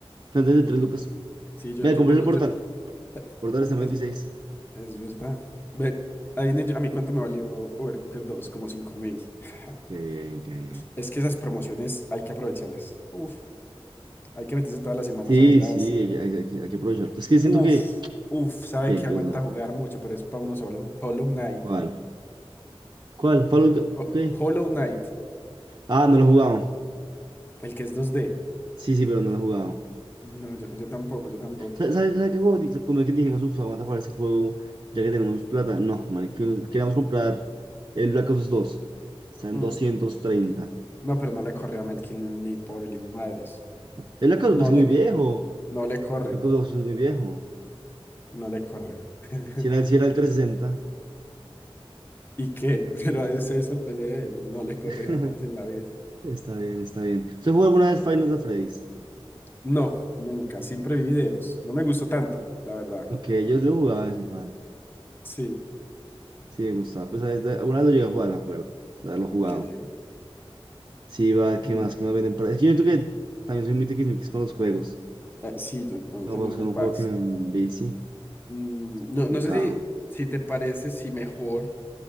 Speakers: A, on the right; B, on the left.
A: Está en 33
B: Ujú.
A: lucas.
B: Sí, yo,
A: Vea,
B: yo
A: compré
B: tengo.
A: el portal.
B: Yo, sea,
A: Portal está en
B: Es,
A: 26.
B: es verdad. Ve, adivine yo- a mí cuánto me valió Overcooked dos como cinco mil. <laughs>
A: Qué bien, qué bien.
B: Es que esas promociones hay que aprovecharlas. Uf, hay que meterse todas las semanas
A: Sí,
B: a verlas.
A: sí, hay, que hay que- hay que- hay que aprovecharlo. Es que siento
B: Uf,
A: que.
B: uf, sabe
A: ¿Qué?
B: que aguanta
A: ¿Qué pasó?
B: jugar mucho, pero es para uno solo. Hollow Knight.
A: ¿Cuál? ¿Cuál? Fallout-
B: Ho-
A: ¿Qué?
B: Hollow Knight,
A: Ah, no lo he jugado.
B: el que es 2D.
A: Sí, sí, pero no lo he jugado.
B: No, yo, yo tampoco, yo tampoco.
A: ¿Sabes sabe, sabe- sabe qué juego? Di- Como que dijimos, uff, vamos a jugar ese juego ya que tenemos plata. No, marica, fuimos- queríamos comprar el Black Ops dos Está en
B: Mm,
A: doscientos treinta
B: No, pero no le corre a Melkin ni por el hijo de madres.
A: El Black Ops
B: No
A: pues, es
B: le,
A: muy viejo.
B: co- no le corre,
A: El Black Ops 2 es muy viejo.
B: no le corre. <laughs>
A: Si era, el- si era el trescientos
B: ¿Y qué? <laughs> Pero a ese hizo el PC de él. No le corre
A: sesenta
B: jamás en
A: <laughs>
B: la vida.
A: Está bien, está bien. ¿Usted jugó alguna vez Final Fantasy Freddy's?
B: No, nunca. Siempre vi videos. No me gustó tanto, la verdad.
A: Ok, yo lo jugaba de vez en cuando.
B: Sí,
A: Sí, me gustaba. Pues a veces, alguna vez lo llegué a jugar, me acuerdo. de Haberlo jugado.
B: de qué
A: Sí, va, ¿qué
B: mm,
A: más? ¿Qué más venden para...? Es que yo siento que también soy muy tiquismiquis con los juegos.
B: eh, sí, yo, a
A: Me
B: mí también
A: voy a buscar
B: me pasa.
A: un juego que me envicie.
B: Mm,
A: Complicado.
B: no, no sé si, si te parece, si mejor